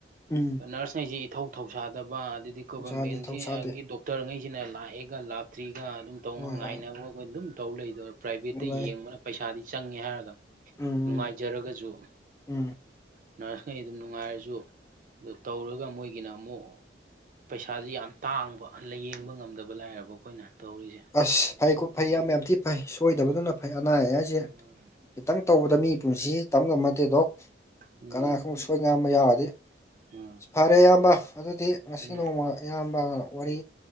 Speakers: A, on the left (about 15°); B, on the right (about 45°).
A: ꯎꯝ
B: ꯅꯔꯁꯁꯤꯡꯁꯤ ꯏꯊꯧ ꯊꯧꯁꯥꯗꯕ ꯑꯗꯩꯗꯤ ꯒꯣꯕꯔꯃꯦꯟꯒꯤ
A: ꯊꯧꯁꯥꯗꯦ ꯊꯧꯁꯥꯗꯦ
B: ꯗꯣꯛꯇꯔ ꯇꯔꯉꯩꯖꯤꯅ ꯂꯥꯛꯑꯦꯒ ꯂꯥꯛꯇ꯭ꯔꯤꯒ ꯑꯗꯨꯝ ꯇꯧꯅ
A: ꯍꯣꯏ
B: ꯉꯥꯏꯅꯕ
A: ꯍꯣꯏ
B: ꯑꯈꯣꯏ ꯑꯗꯨꯝ ꯇꯧ ꯂꯩꯗꯣꯏ ꯄ꯭ꯔꯥꯏꯚꯦꯠꯇ
A: ꯂꯩ
B: ꯌꯦꯡꯕꯅ ꯄꯩꯁꯥꯗꯤ ꯆꯪꯉꯦ ꯍꯥꯏꯔꯒ
A: ꯎꯝ
B: ꯅꯨꯡꯉꯥꯏꯖꯔꯒꯁꯨ
A: ꯎꯝ ꯎꯝ
B: ꯅꯔꯁꯉꯩ ꯑꯗꯨꯝ ꯅꯨꯡꯉꯥꯏꯔꯁꯨ ꯑꯗꯨ ꯇꯧꯔꯒ ꯃꯣꯏꯒꯤꯅ ꯑꯃꯨꯛ ꯄꯩꯁꯥꯥꯖꯤ ꯌꯥꯝ ꯇꯥꯡꯕ ꯂꯥꯏꯌꯦꯡꯕ ꯉꯝꯗꯕ ꯂꯥꯏꯔꯕ ꯑꯩꯈꯣꯏꯅ ꯇꯧꯔꯤꯁꯦ
A: ꯑꯁ ꯐꯩꯀꯣ ꯐꯩ
B: ꯎꯝ
A: ꯏꯌꯥꯝꯕ ꯌꯥꯝ ꯊꯤ ꯐꯩ ꯁꯣꯏꯗꯕꯗꯨꯅ
B: ꯎꯝ
A: ꯐꯩ ꯑꯅꯥ ꯑꯌꯦꯛ ꯍꯥꯏꯁꯦ
B: ꯎꯝ
A: ꯈꯤꯇꯪ ꯇꯧꯕꯗ ꯃꯤ ꯄꯨꯟꯁꯤ ꯑꯁꯤ ꯇꯝꯕ ꯉꯝꯄꯣꯠ ꯅꯠꯇꯦ ꯗꯣꯛ
B: ꯎꯝ
A: ꯀꯅꯥ ꯈꯪꯕ ꯁꯣꯏ ꯁꯣꯏꯉꯥꯝꯕ ꯌꯥꯎꯔꯗꯤ
B: ꯎꯝ
A: ꯐꯔꯦ ꯏꯌꯥꯝꯕ ꯑꯗꯨꯗꯤ ꯉꯁꯤ
B: ꯎꯝ
A: ꯅꯣꯡꯃ ꯏꯌꯥꯝꯕ ꯋꯥꯔꯤ